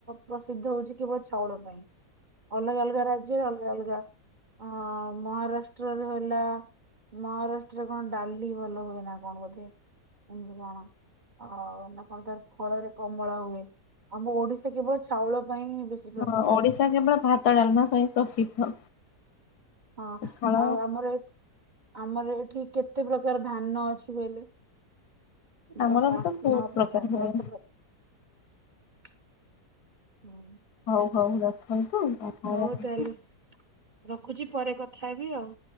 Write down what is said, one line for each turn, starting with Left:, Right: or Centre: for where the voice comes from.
Right: ପ୍ରସିଦ୍ଧ ହଉଛି କେବଳ ଚାଉଳ ପାଇଁ। ଅଲଗା ଅଲଗା ରାଜ୍ୟରେ ଅଲଗା ଅଲଗା। ଅ ମହାରାଷ୍ଟ୍ରରେ ହେଲା, ମହାରାଷ୍ଟ୍ରରେ କଣ ଡାଲି ଭଲ ହୁଏ ନା। କଣ ବୋଧେ ଏମିତି କଣ, ଆ ନା କଣ ତାର ଫଳରେ କମଳା ହୁଏ, ଆମ ଓଡିଶା କେବଳ ଚାଉଳ ପାଇଁ ହିଁ ବେଶୀ ପ୍ରସିଦ୍ଧ
Left: ହଁ ଓଡ଼ିଶା କେବଳ ଭାତ ଡାଲମା ପାଇଁ ପ୍ରସିଦ୍ଧ।
Right: ହଁ
Left: ପଖାଳ
Right: ଆଉ ଆମର ଏ ଆମର ଏଠି କେତେ ପ୍ରକାର ଧାନ ଅଛି।
Left: ଆମର
Right: ଦଶ
Left: ବି
Right: ଆଠ
Left: ତ ବହୁତ
Right: ନଅକାର
Left: ପ୍ରକାର ହୁଏ
Right: ଦଶ ପ୍ରକାର ହୁଁ
Left: ହଉ ହଉ ରଖ ରଖନ୍ତୁ। ଓହୋ।
Right: ହଉ ତାହେଲେ ରଖୁଛି ପରେ କଥା ହେବି ଆଉ।